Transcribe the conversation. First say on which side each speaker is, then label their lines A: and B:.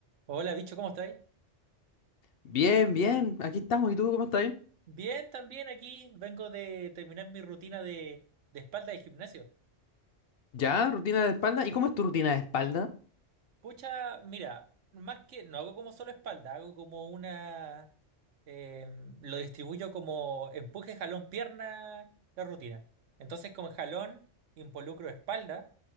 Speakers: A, on the right; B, on the left.
A: Hola, bicho, ¿cómo estáis?
B: Bien, bien, aquí estamos. ¿Y tú cómo estás?
A: Bien, también aquí vengo de terminar mi rutina de, de espalda de gimnasio.
B: Ya, rutina de espalda. ¿Y cómo es tu rutina de espalda?
A: Pucha, mira, más que no hago como solo espalda, hago como una... eh, lo distribuyo como empuje, jalón, pierna, la rutina. Entonces con jalón involucro espalda,